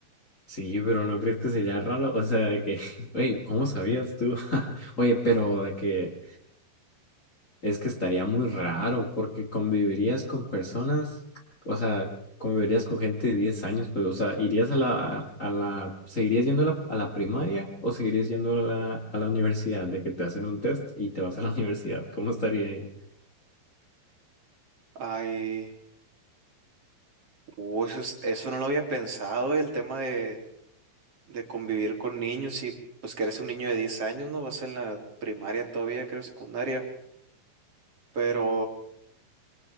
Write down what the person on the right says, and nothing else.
Ay, uh, eso, es- eso no lo había pensado, el tema de, de convivir con niños y pues que eres un niño de 10 años, ¿no? Vas en la primaria todavía, creo, secundaria. Pero,